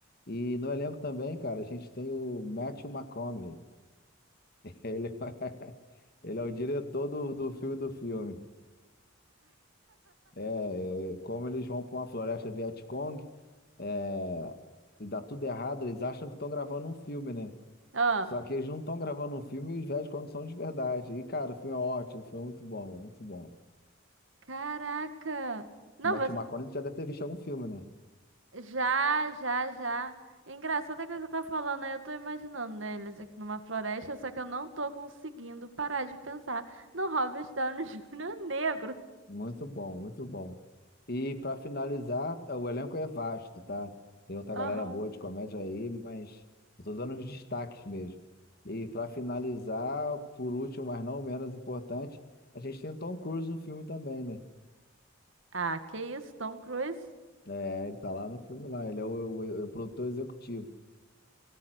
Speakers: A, on the left; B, on the right.
A: E no elenco também, cara, a gente tem o Matthew McConaughey. <laughs> Ele é, ele é o diretor do, do filme do filme. É, é, como eles vão para uma floresta Vietcong, é, e dá tudo errado, eles acham que estão gravando um filme, né?
B: Ah,
A: Só que eles não estão gravando um filme e os Vietcong são de verdade. E, cara, o filme é ótimo, o filme é muito bom, muito bom.
B: caraca. Não,
A: O Matthew McConaughey já deve ter visto algum filme, né?
B: Já, já, já. É Engraçado é que você tá falando aí, eu tô imaginando, né, eles aqui numa floresta, só que eu não tô conseguindo parar de pensar no Robert Downey <laughs> Júnior negro.
A: Muito bom, muito bom. E para finalizar, o elenco é vasto, tá? Tem outra
B: Aham.
A: galera boa de comédia aí, mas eu tô dando os destaques mesmo. E para finalizar, por último, mas não menos importante, a gente tem o Tom Cruise no filme também, né?
B: Ah, que isso, Tom Cruise?
A: É, ele tá lá no filme lá, ele é o, o- o produtor executivo.